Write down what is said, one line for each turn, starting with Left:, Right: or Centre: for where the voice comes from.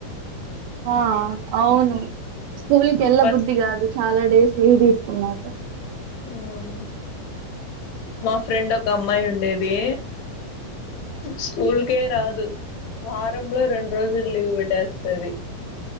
Right: ఆ అవును స్కూల్ కెళ్ల
Left: ఫస్ట్
Right: బుద్ధి కాదు చాలా డేస్ లీవ్ తీసుకున్నాక
Left: మ్ మా ఫ్రెండ్ ఒక్ క అమ్మాయి ఉండేది స్కూల్ కే రాద్ వా రంలో రెండు రోజులు లీవ్ పెట్టేస్ సరి